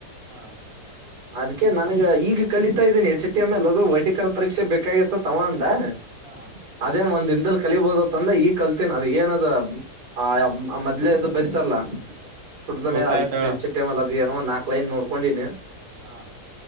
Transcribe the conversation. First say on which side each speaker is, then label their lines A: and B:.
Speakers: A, on the right; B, on the right.
A: ಹಾ
B: ಅದ್ಕ್ಕೆ ನನ್ಗೆ ಈಗ ಕಲಿತಾ ಇದೀನಿ ಎಚ್ ಟಿ ಎಂ ಎಲ್ ಅದು ವೈಟಿಕಲ್ ಪರೀಕ್ಷೆಗ್ ಬೇಕಾಗಿತ್ತ್ ತವಾಂತ್ <inaudible>
A: ಹಾಂ
B: ಅದೇನ್ ಒಂದಿನ ಲ್ ಕಲಿಬೋದ ಅಂದ ಈಗ ಕಲ್ತೇನ್ ಅದ ಏನದ ಆ ಮದ್ಲೇದ ಬರಿತಾರಲ್ಲ ಕುಟ್ಟದ
A: ಗೊತ್ತಾಯ್ತ
B: ಮೇಲೆ ಅದ
A: ಹೇಳು
B: ಚಿಟ್ಟ ಮೇಲೆ ಅದ ಏನೋ ಒಂದ ನಾಲ್ಕ್ ಲೈ ನೋ ಪೊಂಡೆನ್
A: ಹ್ಮ